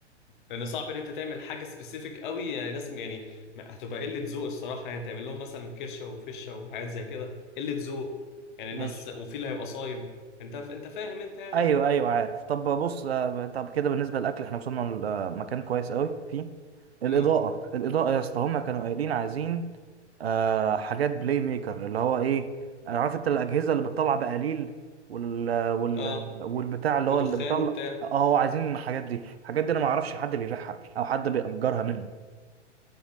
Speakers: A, on the left; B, on the right.
A: لان صعب ان انت تعمل حاجه سبيسيفيك قوي يعني ناس يعني ما- هتبقى قله ذوق الصراحه يعني تعمل لهم مثلا كرشه وفشه وحاجات زي كده قله ذوق يعني
B: ماشي
A: الناس وفي اللي هيبقى صايم انت انت فاهم انت يعني
B: ايوه ايوه عارف طب بص آه، طب كده بالنسبه للاكل احنا وصلنا لمكان كويس قوي فيه الاضاءه
A: امم
B: الاضاءه يا اسطى هما كانوا قايلين عايزين آه حاجات بلاي ميكر اللي هو ايه انا عارف انت الاجهزه اللي بتطلع بقليل وال وال
A: اه
B: والبتاع اللي هو
A: ودخان
B: اللي بيطلع
A: وبتاع
B: اه عايزين الحاجات دي الحاجات دي انا ما اعرفش حد بيبيعها او حد بيأجرها منه